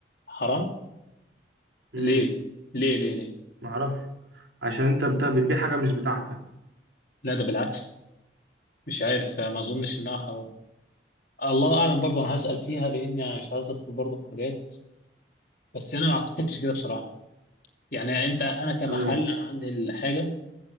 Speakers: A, on the left (about 50°); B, on the right (about 75°).
A: حرام
B: امم
A: ليه ليه ليه ليه
B: معرفش عشان أنت بت- بتبيع حاجة مش بتاعتك
A: لا ده بالعكس مش عارف يعني ما اظنش انها حرام الله اعلم برضه انا هسأل فيها لاني انا مش عاوز ادخل برضه في حاجات بس انا ما اعتقدش كده بصراحة يعني انت انا كمحل
B: تمام
A: انا عندي الحاجة